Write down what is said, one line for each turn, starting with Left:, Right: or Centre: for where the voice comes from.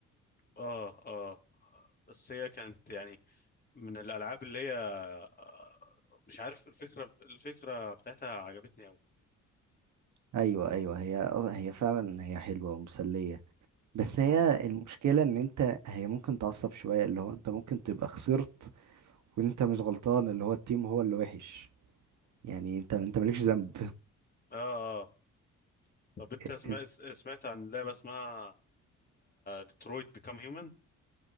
Left: اه اه بس هي كانت يعني من الالعاب اللي هي آه، مش عارف الفكره الفكره بتاعتها عجبتني قوي
Right: ايوه ايوه هي اه هي فعلا هي حلوه ومسليه بس هي
Left: مم.
Right: المشكله ان انت هي ممكن تعصب شويه اللي هو انت ممكن تبقى خسرت وانت مش غلطان اللي هو التيم هو اللي وحش يعني انت انت مالكش ذنب
Left: اه اه طب انت
Right: <laughs>
Left: سمعت سمعت عن لعبه اسمها ديترويت بيكام هيومن